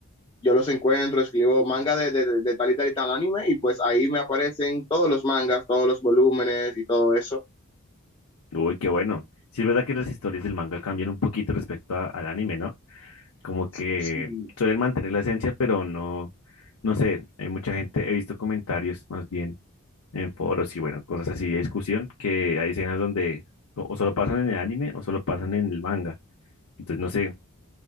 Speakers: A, on the left (about 20°); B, on the left (about 80°).
A: yo los encuentro, escribo manga de, de, de tal y tal y tal anime y pues ahí me aparecen todos los mangas, todos los volúmenes y todo eso.
B: Uy, qué bueno. Sí, es verdad que las historias del manga cambian un poquito respecto a- al anime, ¿no? Como que
A: Sí.
B: suelen mantener la esencia, pero no, no sé, hay mucha gente, he visto comentarios más bien en foros y bueno, cosas así de discusión, que hay escenas donde o o solo pasan en el anime o solo pasan en el manga. Entonces, no sé,